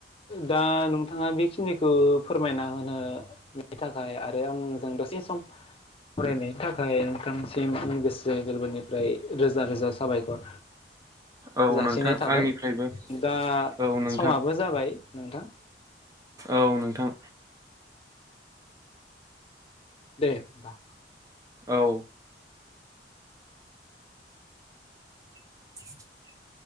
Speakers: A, on the left (about 35°); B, on the right (about 20°).
A: दा नोंथाङा बेखिनिखो फोरमायना होनो बिनि थाखाय आरो आंजों दसे सम फरायनायनि थाखाय नोंथांसिमनि गोसो गोरबोनिफ्राय रोजा रोजा साबायखर।
B: औ
A: जासिनाय
B: नोंथां
A: थाबाय
B: आंनिफ्रायबो
A: दा
B: औ नोंथां
A: समाबो जाबाय नोंथां
B: औ नोंथां
A: दे होमबा
B: औ <inaudible>